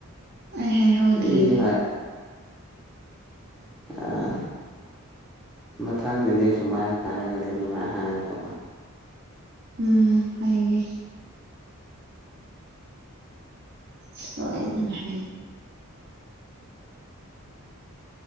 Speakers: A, on the right (about 50°); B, in the centre.
A: ꯑꯩ ꯍꯥꯏ ꯍꯧꯗ꯭ꯔ‌ꯦꯅ‌ꯦ
B: ꯏ ꯑ ꯃꯊꯪꯗꯗꯤ ꯁꯨꯃꯥꯏꯅ ꯍꯥꯏꯔꯒꯗꯤ ꯑꯗꯨꯃꯥꯏꯅ ꯍꯥꯏꯌꯨꯀꯣ
A: ꯎꯝ ꯐꯌꯦ ꯇꯅꯅ ꯍ <unintelligible>